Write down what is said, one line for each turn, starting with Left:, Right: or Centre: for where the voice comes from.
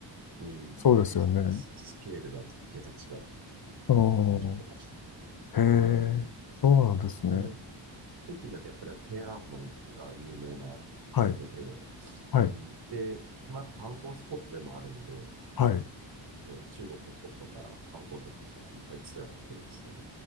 Right: うん、
Left: そうですよね。
Right: なんかそのススケールが桁違いっていう感じを受けましたね。
Left: おーへえ、
Right: うん。
Left: そうなんですね。
Right: で、北京だとやっぱり天安門が有名なとこで、
Left: はい、はい、
Right: うん。で、まあ、やっぱ観光スポットでもあるんで、
Left: はい。
Right: こう中国本土から観光客とかがいっぱいツアーに来るんですけど、